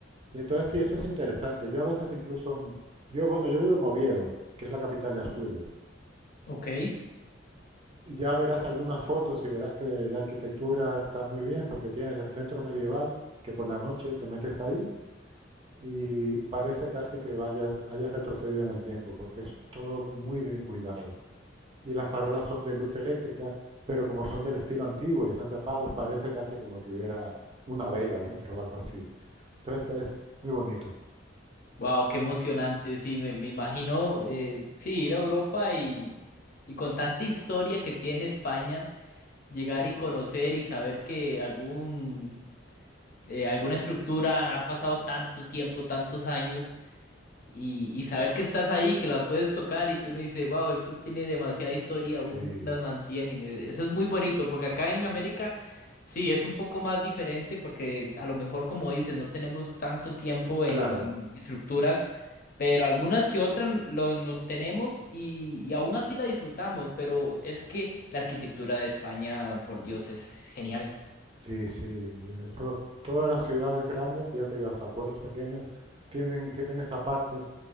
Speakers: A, on the right; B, on the left.
A: Y entonces sí, eso es interesante. Yo a veces incluso, mm, yo, bueno, yo vivo en Oviedo, que es la capital de Asturias.
B: Ok.
A: Ya verás algunas fotos y verás que la arquitectura está muy bien porque tienes el centro medieval que por la noche te metes ahí y parece casi que vayas, hayas retrocedido en el tiempo porque es todo muy bien cuidado. Y las farolas son de luz eléctrica, pero como son del estilo antiguo y están tapados, parece casi como que hubiera una vela dentro o algo así. Entonces este es muy bonito.
B: Wow, qué emocionante. Sí, me, me imagino, eh, sí, ir a Europa y, y con tanta historia que tiene España, llegar y conocer y saber que algún, eh, alguna estructura ha pasado tanto tiempo, tantos años. Y, y saber que estás ahí, que la puedes tocar y que uno dice, wow, eso tiene demasiada historia, aún
A: Sí,
B: las mantienen. E- Eso es muy bonito, porque acá en América sí es un poco más diferente, porque a lo mejor, como dices, no tenemos tanto tiempo
A: claro.
B: en, en estructuras, pero algunas que otras lo, no tenemos y, y aún así la disfrutamos. Pero es que la arquitectura de España, por Dios, es genial.
A: Sí, sí. Eso, todas las ciudades grandes, y ya te digo, hasta pueblos pequeños, tienen, tienen esa parte